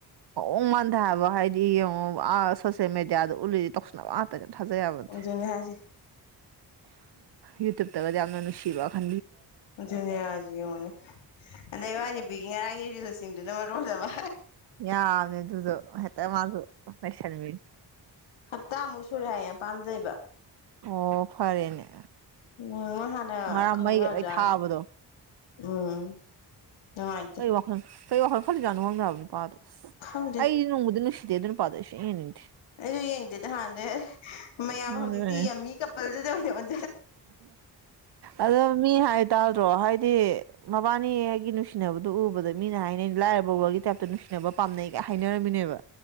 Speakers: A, on the right; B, on the left.
A: ꯎ ꯃꯟꯊ ꯍꯥꯏꯕ ꯍꯥꯏꯗꯤ ꯌꯦꯡꯉ ꯁꯣꯁꯤꯜ ꯃꯦꯗꯤꯌꯥꯗ ꯎꯠꯂꯤꯗꯤ ꯇꯧꯁꯟꯅꯕ ꯑꯇ ꯊꯥꯖꯩꯕꯗꯤ
B: ꯑꯗꯨꯅꯦ ꯍꯥꯏꯁꯦ
A: ꯌꯨꯇꯨꯕꯇꯕꯗꯤ ꯌꯥꯝꯅ ꯅꯨꯡꯁꯤꯕ ꯈ
B: ꯨꯅꯤꯌꯥꯁꯤ ꯌꯦꯡꯉꯣꯅꯦ ꯑꯗ ꯏꯃ ꯅꯨꯨꯄꯤꯒꯤ ꯉꯔꯥꯡꯒꯤ ꯏꯔꯤꯜꯁꯤꯡꯗꯨꯅ ꯃꯔꯣꯝꯖꯕ
A: ꯌꯥꯅꯤ ꯑꯗꯨꯨꯗꯣ ꯍꯥꯏꯦ ꯇ ꯃꯥꯁꯃꯤ
B: ꯍꯞꯇꯥꯃꯨꯛ ꯁꯨꯔꯦ ꯍꯥꯏꯌꯦ ꯌꯥꯝ ꯄꯥꯝꯖꯩꯕ
A: ꯑꯣ ꯐꯔꯦꯅꯦ
B: ꯎꯝ ꯃ ꯍꯅ
A: ꯉꯔꯥꯡ
B: ꯈꯪꯅꯖꯥꯟ
A: ꯃꯩꯒ ꯂꯣꯏ ꯊꯥꯕꯗꯣ
B: ꯎꯝ ꯅꯨꯡꯉꯥꯏꯇꯦ
A: ꯀꯩ ꯋꯥꯈꯜ ꯀꯩ ꯋꯥꯈꯜ ꯈꯜꯂꯖꯠꯅꯣ ꯈꯪꯗꯕ ꯅꯨꯄꯥꯗꯣ
B: ꯈꯪꯗꯦ
A: ꯑꯩꯗꯤ ꯅꯣꯡꯃꯗꯤ ꯅꯨꯡꯁꯤ ꯦ ꯑꯗꯨꯅ ꯄꯥꯗꯦꯅꯤ
B: ꯑꯩꯁꯨ ꯌꯦꯡꯗꯦꯗ ꯍꯥꯟꯅꯗꯩ ꯃꯌꯥꯝ
A: ꯑꯗꯨꯅꯦ
B: ꯍꯧꯖꯤꯛꯇꯤ ꯌꯥꯝꯝꯃꯤ ꯀꯄꯜꯗꯨꯗ ꯑꯣꯏꯅ ꯑꯣꯟꯖꯤꯜ
A: ꯑꯗꯣ ꯃꯤ ꯍꯥꯏ ꯇꯥꯗ꯭ꯔꯣ ꯍꯥꯏꯗꯤ ꯃꯕꯥꯅꯤ ꯍꯥꯏꯒꯤ ꯅꯨꯡꯁꯤꯅꯕꯗꯨ ꯎꯕꯗ ꯃꯤꯅ ꯍꯥꯏꯅꯩ ꯂꯥꯏꯔꯕ ꯒꯤ ꯇꯥꯏꯞꯇ ꯅꯨꯡꯁꯤꯅꯕ ꯄꯥꯝꯅꯩꯒ ꯍꯥꯏꯅꯔꯝꯃꯤꯅꯦꯕ